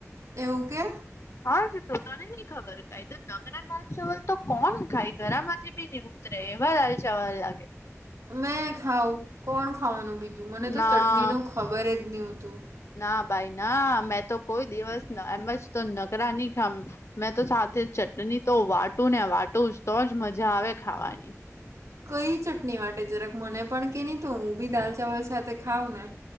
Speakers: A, on the right; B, on the left.
A: એવું કે
B: હા જ તો તને નઈ ખબર કઈ તો નગરા દાલ ચાવલ તો કોણ ખાય ઘરા માંથી બી નહી ઉતરે એવા દાલ ચાવલ લાગે.
A: મેં ખાાવ કોણ ખાવાનું બીજું મને તો
B: ના
A: ચટણી નું ખબર જ નહતું.
B: ના ભાઈ ના મેં તો કોઈ દિવસ એમજ તો નકરા નહી ખામ મેં તો સાથે ચટણી તો વાટું ને વાટું જ તો જ મજા આવે ખાવાની.
A: કઈ ચટણી માટે જરાક મને પણ કે નહી તો હું બી દાલ ચાવલ સાથે ખાઉં ને